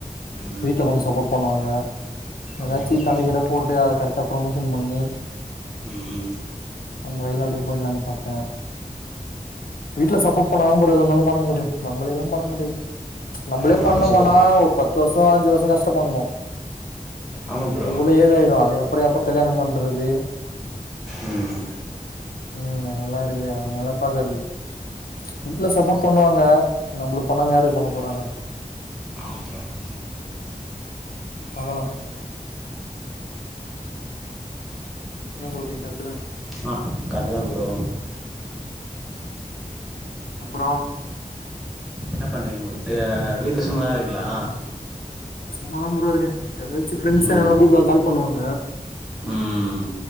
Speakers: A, in the centre; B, on the left.
A: ம்
B: வீட்ல கொஞ்சோ சப்போர்ட் பண்ணுவாங்க எதாச்சு
A: அப்டியா ப்ரோ
B: கறிக் கட‌ போட்டு அத கரெட்டா ப்ரமோஷன் பண்ணி
A: ம் ம்
B: அந்த வழில அப்டியே போயிட்லான்னு பாத்தே வீட்ல சப்போர்ட் பண்ணாதா ப்ரோ எது‌ இருந்தாலு பண்ண முடியு நம்மளேலா பண்ண முடியாது. நம்மளே
A: ஆ
B: பண்ணோமான்னா
A: சூப்பர் ப்ரோ
B: ஒரு பத்து வருஷோ அஞ்சு வருஷோ கஷ்டப்படணு
A: ஆமாம் ப்ரோ
B: அதுக்குள்ள ஏஜ்ஜாயிடு அதுக்கப்றோ எப்ப கல்யாணோ பண்றது
A: ம்
B: ம் அதெல்லா இருக்கு அதனால பாக்றது இல்ல வீட்ல சப்போர்ட் பண்ணுவாங்க நம்ளுக்கு பண்ணாம யாருக்கு பண்ண போறாங்க.
A: <inaudible>
B: பாக்கலா என்ன சொல்ரிங்கள்?
A: ஆ கர்ட்டுதா ப்ரோ
B: அப்றோ
A: என்ன பண்றீங்க <unintelligible> வீட்ல சும்மாதா இருக்கீங்ளா?
B: சும்மதா ப்ரோ இருக்கே எதாச்சு ஃப்ரெண்ட்ஸ்
A: ம்
B: யாரா கூப்டுவாங்க கால் பண்ணுவாங்க.
A: ம்